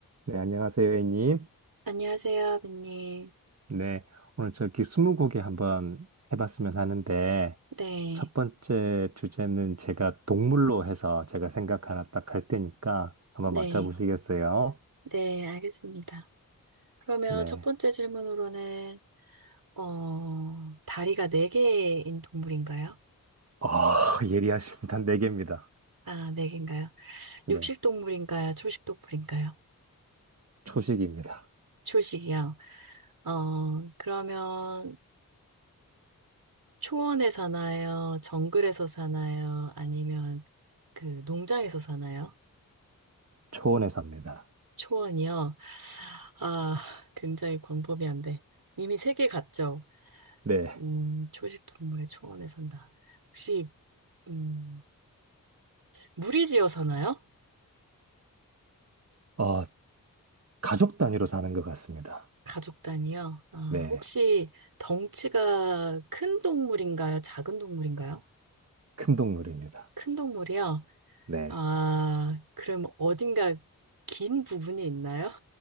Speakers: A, on the right; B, on the right.
A: 네, 안녕하세요, A님.
B: 안녕하세요, 아버님.
A: 네, 오늘 저기 스무고개 한번 해봤으면 하는데,
B: 네,
A: 첫 번째 주제는 제가 동물로 해서 제가 생각 하나 딱 할 테니까 한번
B: 네,
A: 맞춰보시겠어요?
B: 네, 알겠습니다. 그러면
A: 네.
B: 첫 번째 질문으로는, 어, 다리가 네개인 동물인가요?
A: 아, <laughs> 예리하십니다. 네 개입니다.
B: 아, 네개인가요
A: 네,
B: 육식 동물인가요? 초식 동물인가요?
A: 초식입니다.
B: 초식이요. 어, 그러면 초원에 사나요? 정글에서 사나요? 아니면 그 농장에서 사나요?
A: 초원에 삽니다.
B: 초원이요? 아, <laughs> 굉장히 광범위한데. 이미 세 개 갔죠?
A: 네,
B: 음, 초식 동물의 초원에 산다. 혹시, 음, 무리지어 사나요?
A: 어, 가족 단위로 사는 것 같습니다.
B: 가족 단위요? 아,
A: 네,
B: 혹시 덩치가 큰 동물인가요? 작은 동물인가요?
A: 큰 동물입니다.
B: 큰 동물이요?
A: 네,
B: 아, 그럼 어딘가 긴 부분이 있나요?